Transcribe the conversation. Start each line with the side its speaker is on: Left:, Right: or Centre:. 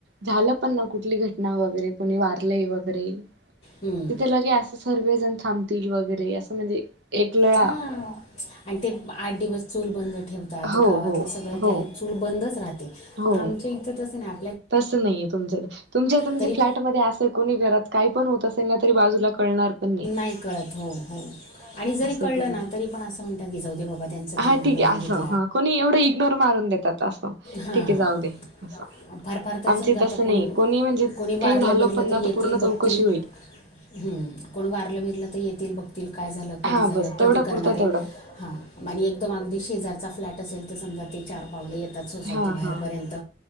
Right: झालं पण ना कुठली घटना वगैरे कोणी वारलंय वगैरे
Left: हम्म.
Right: तिथे लगे असं सर्वजण थांबतील वगैरे असं म्हणजे एक लळा.
Left: हां आणि ते आठ दिवस चूल बंद ठेवतात
Right: हो
Left: गावातल
Right: हो
Left: सगळ
Right: हो
Left: त्याला चूल बंदच राहतात.
Right: हो
Left: आमच्या इथं तसं नाइ.
Right: तसं नाहीये तुमच्या तुमच्या इथ म्हणजे
Left: तरी
Right: फ्लॅटमध्येध्ये असेल कोणी घरात काय पण होत असेल ना तरी बाजूला पळणार पण नाइ.
Left: नाइ कळत हो हो आणि जरी कळलं
Right: आहे तुमचं
Left: ना तरी पण असं म्हणतात गि जाऊ दे बाबा त्यांच
Right: हा
Left: तेयना
Right: ठीक
Left: बघून
Right: आहे
Left: घेत.
Right: असं हा कोणी एवढं इग्नोर मारून देतात असं
Left: हां
Right: ठीकेय जाऊ दे असं.
Left: फार फार तर
Right: आमचे
Left: समजा आता
Right: तसं नाही, कोणी म्हणजे
Left: कोणी वारलं
Right: काही झालं
Left: बिरलं
Right: पण ना तर
Left: येतील
Right: पूर्ण चौकशी
Left: बघतील
Right: होईल.
Left: हम्म कोण वारलं बिरलं तर येतील बघ. काय झाल? कधी
Right: हा
Left: झाल?
Right: बस तेवढा
Left: कधी करणारए?
Right: पुरता तेवढा
Left: हा आणि एकदम अगदी शेजारचा फ्लॅट असेल तर समजा ते चार पावलं येतात सोसायटी
Right: हा
Left: बाहेरपर्यंत
Right: हा